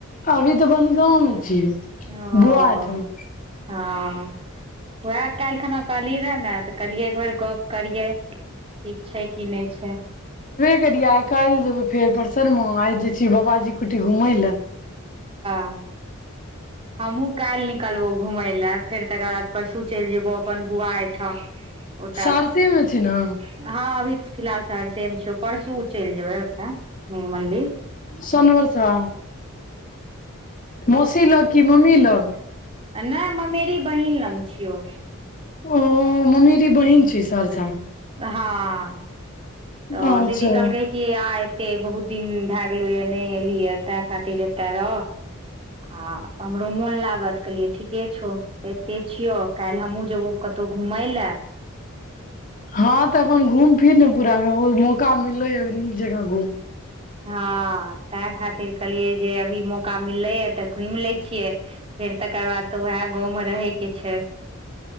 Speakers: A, on the left; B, on the right.
A: अभी त बनगांव मे छियै
B: ओ
A: बौआ ठाम
B: हँ उएह काल्हि खना कहलियै रहए ने तऽ कहलियै एक बेेर गप करियै ठीक छै कि नहि छै
A: करिये आइ काल्हि जेबै फेर दरसन मे आइ जाइ छी बाबाजी कुटी घुमय लए
B: अह <inaudible> हमहूँ काल्हि निकलबहु घुमय लए फेर तकर बाद परसू चलि जेयबौ अपन बौआ एहिठाम ओ त
A: सहरसे
B: हँ
A: मे छी ने
B: अभी फिलहाल शहर सेम छौ परसू चलि जेबै ओतऽ निर्मली
A: सोनवर्षा मौसी लग की मम्मी लग
B: नहि ममेरी बहिन लग छियौ
A: ओ ममेरी बहिन छै सर
B: हँ तऽ
A: अच्छा
B: दीदी कहलकै कि आइ एते बहुत दिन भए गेलो या नहि एली ताहि खातिर एते रह आ हमरो मोन लागत कहलियै ठीके छौ तऽ एते छियौ काल्हि हमहुँ जेबौ कतहु घुमय लए
A: हँ तऽ अपन घूम फिर ने पूरा मौका मिललोये नीक जेका घूम
B: ह तेँ खातिर कहलियै जे अभी मौका मिललैए तऽ घुमि लै छियै फेर तकर बाद तऽ उएह गाँवमे रहयके छै